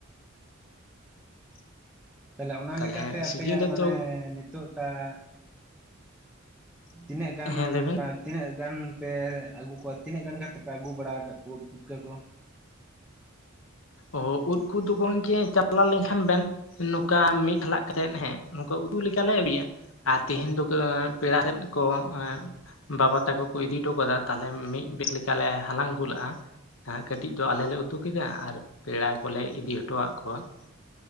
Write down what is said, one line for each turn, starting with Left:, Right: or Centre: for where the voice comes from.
Centre: ᱛᱟᱦᱚᱞᱮ ᱚᱱᱟ
Left: ᱛᱟᱦᱚᱞᱮ
Centre: ᱞᱮᱠᱟ ᱛᱮ
Left: ᱥᱤᱡᱤᱱ
Centre: ᱟᱯᱮᱭᱟᱜ
Left: ᱨᱮᱫᱚ
Centre: ᱢᱟᱱᱮ ᱱᱤᱛᱳᱜ ᱴᱟᱜ ᱛᱤᱱᱟᱹᱜ ᱜᱟᱱ
Left: ᱦᱮᱸ
Centre: ᱱᱚᱠᱟ
Left: ᱞᱟᱹᱭ ᱵᱮᱱ
Centre: ᱛᱤᱱᱟᱹᱜ ᱜᱟᱱ ᱯᱮ ᱟᱹᱜᱩ ᱠᱚᱣᱟ ᱛᱤᱱᱟᱹᱜ ᱜᱟᱱ ᱠᱟᱛᱮᱫ ᱯᱮ ᱟᱹᱜᱩ ᱵᱟᱲᱟ ᱟᱠᱟᱫ ᱠᱚᱣᱟ ᱩᱫ ᱯᱩᱴᱠᱟᱹ ᱠᱚ?
Left: ᱚ ᱩᱫ ᱠᱚᱫᱚ ᱜᱚᱢᱠᱮ ᱪᱟᱞᱟᱣ ᱞᱮᱱᱠᱷᱟᱱ ᱵᱮᱱ ᱱᱩ ᱝᱠᱟ ᱢᱤᱫ ᱞᱟᱜ ᱠᱟᱛᱮᱫ ᱦᱮᱸ ᱱᱚᱝᱠᱟ ᱩᱛᱩ ᱞᱮᱠᱟᱞᱮ ᱟᱹᱜᱩᱭᱟ ᱟᱨ
Centre: ᱦᱳᱭ
Left: ᱛᱮᱦᱤᱧ ᱫᱚ ᱯᱮᱲᱟ ᱥᱮᱫ ᱠᱚ ᱮᱸ ᱵᱟᱵᱟ ᱛᱟᱠᱚ ᱠᱚ ᱤᱫᱤ ᱦᱚᱴᱚ ᱠᱟᱫᱟ ᱛᱟᱦᱚᱞᱮ ᱢᱤᱫ ᱵᱮᱜᱽ ᱞᱮᱠᱟ ᱞᱮ ᱦᱟᱞᱟᱝ ᱟᱹᱜᱩ ᱞᱟᱜ-ᱟ ᱠᱟᱹᱴᱤᱡ ᱫᱚ ᱟᱞᱮᱞ ᱞᱮ ᱩᱛᱩ ᱠᱮᱫᱟ ᱟᱨ ᱯᱮᱲᱟ ᱠᱚ ᱞᱮ ᱤᱫᱤ ᱦᱚᱴᱚ ᱟᱫ ᱠᱚᱣᱟ ᱾